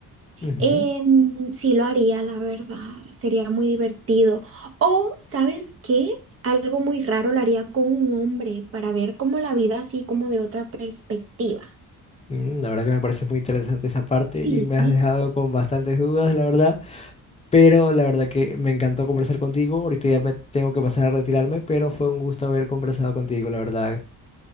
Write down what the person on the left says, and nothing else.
Ujú.
Mm, La verdad que me parece muy interesante esa parte
y me has dejado con bastantes dudas, la verdad. Pero la verdad que me encantó conversar contigo. Ahorita ya me tengo que pasar a retirarme, pero fue un gusto haber conversado contigo, la verdad.